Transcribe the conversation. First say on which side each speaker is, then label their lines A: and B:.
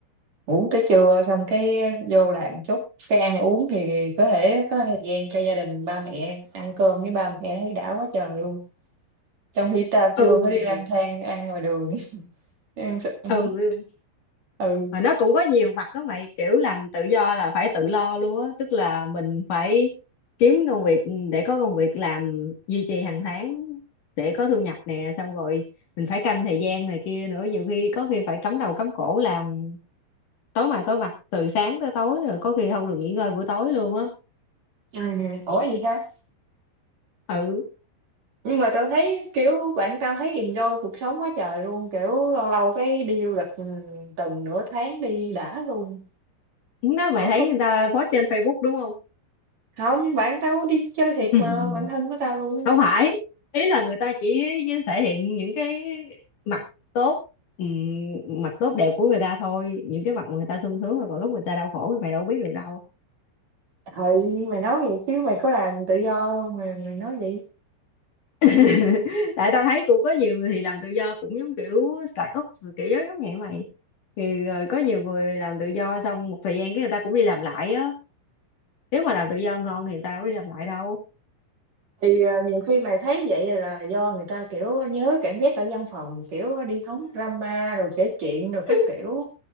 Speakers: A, on the right (about 45°); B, on the left (about 55°).
A: ngủ tới trưa xong cái vô làm chút cái ăn uống thì có thể có thời gian cho gia đình ba mẹ ăn cơm với ba mẹ thấy đã quá trời luôn trong khi tao chưa
B: ừ
A: có đi lang thang ăn ngoài đường Em sẽ ừ,
B: ừ
A: ừ,
B: mà nó cũng có nhiều mặt đó mày kiểu làm tự do là phải tự lo luôn á tức là mình phải kiếm công việc ừ, để có công việc làm duy trì hàng tháng để có thu nhập nè xong rồi mình phải canh thời gian này kia nữa nhiều khi có khi phải cắm đầu cắm cổ làm tối mai tối mặt từ sáng tới tối rồi có khi không được nghỉ ngơi buổi tối luôn á
A: ừm, ủa gì ha?
B: ừ
A: Nhưng mà tao thấy, kiểu, bạn tao thấy enjoy cuộc sống quá trời luôn, kiểu, lâu lâu cái đi du lịch, ừm, tuần nửa tháng đi đã luôn.
B: đó mày
A: Không
B: thấy
A: có
B: người ta post trên Facebook đúng không
A: không. bạn tao có đi chơi
B: <laughs>
A: thiệt mà, bạn thân của tao luôn á.
B: không phải ý là người ta chỉ thể hiện những cái mặt tốt ừm, mặt tốt đẹp của người ta thôi những cái mặt mà người ta sung sướng rồi còn lúc người ta đau khổ thì mày đâu biết được đâu
A: Ừ, mày nói vậy chứ mày có làm tự do hông mà mày nói vậy?
B: <laughs> tại tao thấy cũng có nhiều người thì làm tự do cũng giống kiểu start up rồi kiểu giống giống vậy mày thì rồi có nhiều người làm tự do xong một thời gian cái người ta cũng đi làm lại á nếu mà làm tự do ngon thì người ta đâu có đi làm lại đâu
A: Thì, ờ, nhiều khi mày thấy vậy là do người ta, kiểu, nhớ cảm giác ở văn phòng, kiểu, đi hóng drama rồi kể chuyện rồi các
B: <laughs>
A: kiểu.